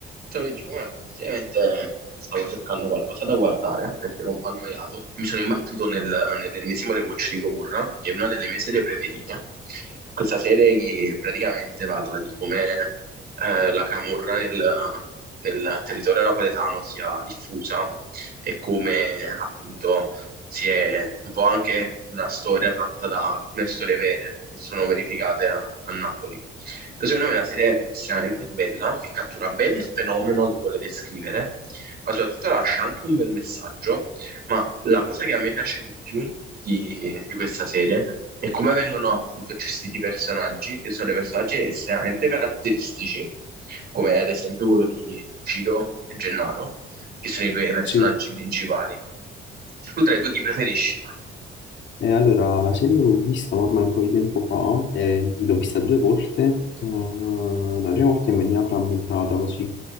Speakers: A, on the right; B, on the left.
A: Ciao Luigi, come va? Ultimamente stavo cercando qualcosa da guardare eh, perché ero un po' annoiato. Mi sono imbattuto nel- nell'ennesimo rewatch di Gomorra, che è una delle mie serie preferite. Questa serie che praticamente parla di come eh, la camorra nel, nel territorio napoletano sia diffusa e come appunto si è un po' anche una storia tratta da alcune storie vere che sono verificate a a Napoli. Secondo me è una serie estremamente bella che cattura bene il fenomeno che vuole descrivere, ma soprattutto lascia anche un bel messaggio. Ma la cosa che a me piace di più di, di questa serie è come vengono appunto gestiti i personaggi, che sono dei personaggi estremamente caratteristici, come ad esempio quello di Ciro e Gennaro, che sono i due personaggi
B: Sì,
A: principali. Tu tra i due chi preferisci?
B: eh, allora la serie l'ho vista ormai un po' di tempo fa, eh, l'ho vista due volte, eh, la prima volta in maniera frammentata così,